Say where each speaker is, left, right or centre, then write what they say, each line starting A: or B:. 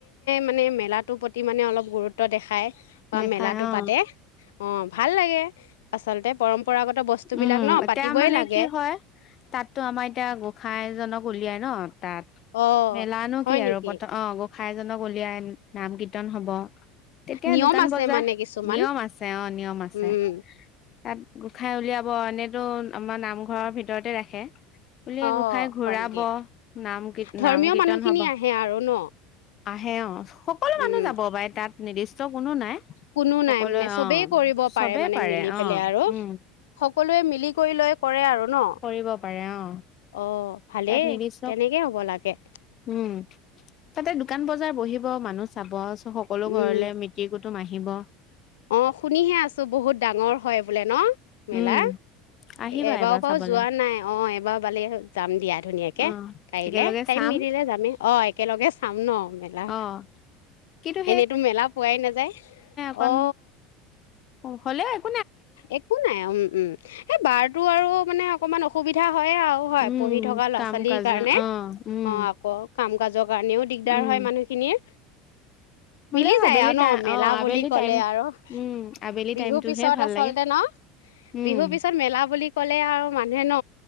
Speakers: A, on the left (about 70°); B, on the left (about 45°).
A: মানে মেলাৰ প্ৰতি মানে অলপ গুৰুত্ব দেখায়। অহ
B: দেখাই
A: মেলাটো
B: অ
A: পাতে। অহ, ভাল লাগে আচলতে পৰম্পৰাগত বস্তুবিলাক
B: উম।
A: ন
B: এতিয়া
A: পাতিবই
B: মানে
A: লাগে
B: কি হয় তাতো আমাৰ এতিয়া গোসাইজনক গলিয়াই ন? তাত
A: অ
B: মেলানো
A: হয়
B: কি আৰু
A: নেকি
B: <unintelligible> অ সাইজনক উলিয়াই নাম কীৰ্তন হ'ব। তেতিয়া
A: নিয়ম
B: দোকান
A: আছে
B: বজাৰ,
A: মানে কিছুমান
B: নিয়ম আছে অহ, নিয়ম আছে।
A: উম
B: তাত গোসাই উলিয়া <unintelligible> <unintelligible> আমাৰ নামঘৰৰ ভিত ভিতৰতে ৰাখে। বোলে
A: অ
B: গোঁসাই ঘূৰাব
A: হয় নেকি
B: নাম কি-নাম
A: ধৰ্মীয়
B: কীৰ্তন
A: মানুহখিনি
B: হ'ব।
A: আহে আৰু ন
B: আহে অ সকলো মানুহ
A: উম
B: যাব পাৰে তাত নিৰ্দিষ্ট কোনো নাই
A: কোনো
B: সকলোৱে
A: নাই মানে চবেই
B: অ
A: কৰিব
B: চবেই
A: মানে
B: পাৰে
A: মিলি পেলাই
B: অ
A: আৰু
B: উম
A: সকলোৱে মিলি কৰি লৈ কৰে আৰু। ন'?
B: কৰিব পাৰে অ
A: অ', ভালেই
B: তাত নিৰ্দিষ্ট
A: তেনেকে হ'ব লাগে।
B: উম তাতে দো দোকান বজাৰ বহিব মানুহ চাব সকলো
A: উম
B: ঘৰলৈ মিতিৰ- কুটুম্ব টুম আহিব
A: অ শুনিহে আছো বহুত ডাঙৰ হয় বোলে ন মেলা
B: উম আহিবা
A: এবাৰ পৰাও
B: চাবলে
A: যোৱা নাই অ', এবাৰ বালে হ'ল। যাম দিয়া ধুনীয়াকে
B: অ
A: পাৰিলে
B: একেলগে
A: টাইম
B: চাম
A: মিলিলে যামেই। অ', একেলগে চাম ন' মেলা,
B: অ কিন্তু
A: এনেইতো মেলা পোৱাই নাযায়।
B: অকন
A: অ
B: অ হলে আ
A: একো নাই উম উম এই বাৰটো আৰু মানে অকণমান অসুবিধা হয়ে আৰু হয়
B: উম
A: পঢ়ি থকা ল'ৰা
B: কাম
A: ছোৱালীৰ
B: কাজৰ
A: কাৰণে।
B: অ উম
A: অ', আকৌ কাম কাজৰ কাৰণেও দিগদাৰ
B: উম
A: হয় মানুহখিনিৰ।
B: হ'লেও
A: মিলি যায়
B: আবেলি
A: আৰু ন
B: টাই
A: মেলা
B: অ', আবেলি
A: বুলি ক'লে
B: টাইম
A: আৰু
B: উম, আবেলি
A: বিহুৰ
B: টাইমটোহে
A: পিছত
B: ভাল
A: আচলতে
B: লাগে
A: ন
B: উম
A: বিহুৰ পিছত মেলা বুলি ক'লে আৰু মানুহে ন